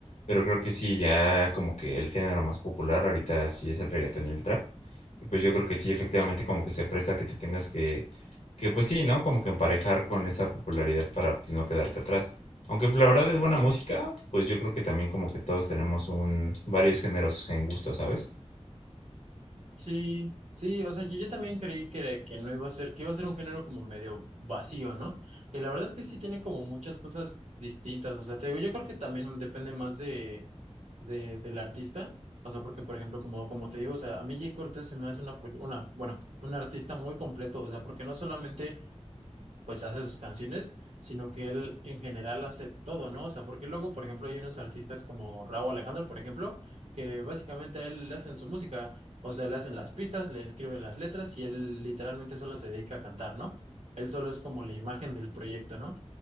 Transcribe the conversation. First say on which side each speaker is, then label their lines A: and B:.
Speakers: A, on the left; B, on the right.
A: pero creo que sí ya como que el género más popular ahorita sí es el reggaetón y el trap. Y pues yo creo que sí efectivamente como que se presta que te tengas que que pues sí, ¿no? Como que emparejar con esa popularidad para pues, no quedarte atrás. Aunque pues, la verdad es buena música, pues yo creo que también como que todos tenemos un varios géneros en gusto, ¿sabes?
B: Sí, sí, o sea, yo, yo también creí que, era- que no iba a ser, que iba a ser un género como medio vacío, ¿no? Y la verdad es que sí tiene como muchas cosas distintas. O sea, te digo, yo creo que también depende más de, de, del artista. O sea, porque, por ejemplo, como, como te digo, o sea, a mí Jay Cortés se me hace una, una, bueno, un artista muy completo. O sea, porque no solamente pues hace sus canciones, sino que él en general hace todo, ¿no? O sea, porque luego, por ejemplo, hay unos artistas como Rauw Alejandro, por ejemplo, que básicamente a él le hacen su música, o sea, le hacen las pistas, le escriben las letras y él literalmente solo se dedica a cantar, ¿no? Él solo es como la imagen del proyecto, ¿no?